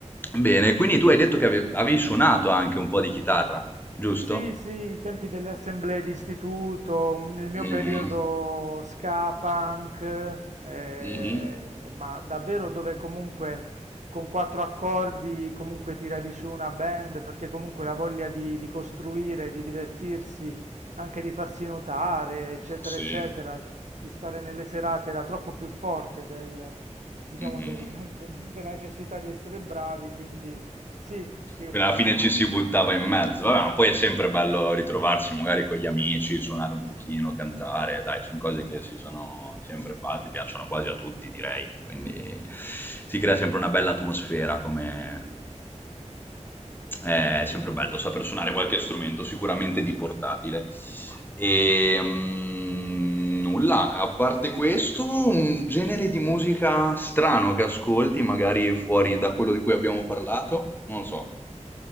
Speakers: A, on the left; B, on the right.
A: Bene, quindi tu hai detto che ave- avevi suonato anche un po' di chitarra, giusto?
B: Sì, sì, i tempi delle assemblee di istituto, mm, il mio
A: Mm.
B: periodo ska punk, eh,
A: Mhm.
B: ma davvero dove comunque con quattro accordi comunque tiravi su una band, perché comunque la voglia di, di costruire, di divertirsi, anche di farsi notare, eccetera,
A: Sì.
B: eccetera, di stare nelle serate era troppo più forte del, diciamo,
A: Mh-mh.
B: del- <laughs> della necessità di essere bravi, quindi sì, sì, un
A: Quindi
B: pochettino.
A: alla fine ci si buttava in mezzo. Vabbè, ma poi è sempre bello ritrovarsi magari con gli amici, suonare un pochino, cantare. Dai, sono cose che si sono sempre fatte, piacciono quasi a tutti, direi. Quindi si crea
B: Concordo,
A: sempre una bella atmosfera come...
B: sì,
A: È
B: è vero.
A: sempre bello saper suonare qualche strumento, sicuramente di portatile. E mm, nulla, a parte questo, un genere di musica strano che ascolti, magari fuori da quello di cui abbiamo parlato, non lo so